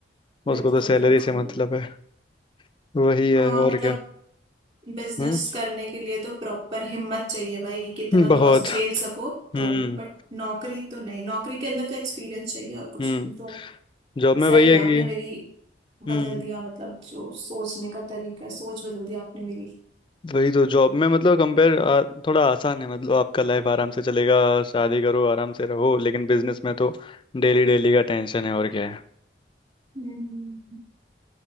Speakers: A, on the right; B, on the left.
A: बिल्कुल
B: उसको तो सैलरी
A: बिल्कुल
B: से मतलब है वही है
A: आ,
B: और
A: मतलब
B: क्या
A: बिजनेस
B: हम्म
A: करने के लिए तो प्रॉपर हिम्मत चाहिए भाई कि इतना
B: बहुत
A: लॉस झेल सको
B: हम्म
A: तो बट नौकरी तो नहीं नौकरी के अंदर तो एक्सपीरियंस चाहिए और कुछ
B: हम्म
A: नहीं तो
B: जॉब में
A: सही
B: वही है
A: है आपने
B: कि
A: मेरी
B: हम्म
A: बदल दिया मतलब जो सोचने का तरीका है सोच बदल दी आपने मेरी
B: वही तो जॉब में मतलब कंपेयर थोड़ा आसान है मतलब आपका लाइफ आराम से चलेगा शादी करो आराम से रहो लेकिन बिजनेस में तो डेली डेली का टेंशन है और क्या है।
A: हम्म